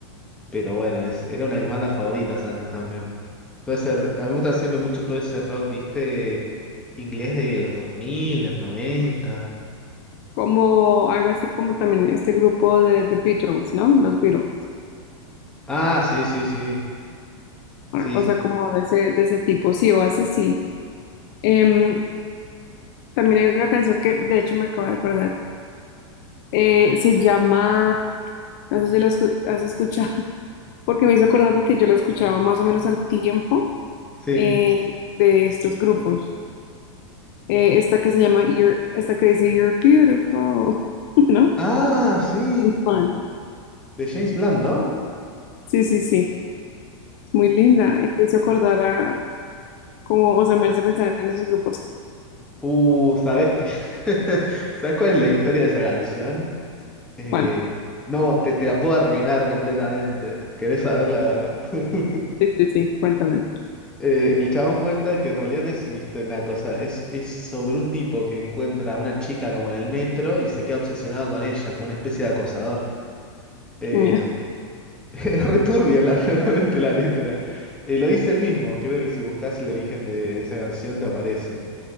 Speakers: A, in the centre; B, on the left (about 45°).
A: pero bueno, es, era una de mis bandas favoritas antes también. Todo ese, r- a mí me gusta siempre mucho todo ese rock, viste, inglés de los dos mil los noventa
B: Como algo así como también este grupo de The Beatles, ¿no? Los Beatles.
A: Ah, sí, sí, sí, sí,
B: Una cosa
A: sí,
B: como de ese, de ese tipo. Sí, o hace sí. Em, también hay una canción que de hecho me acabo de acordar. Eh, se llama, no sé si la escu- has escuchado, <laughs> porque me hizo acordar porque yo la escuchaba más o menos al tiempo.
A: sí.
B: eh, de estos grupos. Eh, esta que se llama You're, esta que dice You're Beautiful, <laughs> ¿no?
A: Ah, sí,
B: Y Juan.
A: de James Blunt, ¿no?
B: Sí, sí, sí. Es muy linda. y Me hizo acordar a como, o sea, me hace pensar en esos grupos.
A: Uh, ¿sabes qué? <laughs> ¿Sabes cuál es la historia de esa canción? Eh,
B: ¿Cuál?
A: no, te, te la puedo arruinar completamente. ¿Querés saber la verdad? <laughs>
B: Sí, sí, sí. Cuéntame.
A: eh, el chabón cuenta que en realidad no es ni este naco, es, es sobre un tipo que encuentra a una chica como en el metro y se queda obsesionado con ella, como una especie de acosador. Eh,
B: Qué miedo.
A: <laughs> es returbia la, <laughs> realmente la letra. Eh, lo dice él mismo, creo que si buscas el origen de esa canción te aparece.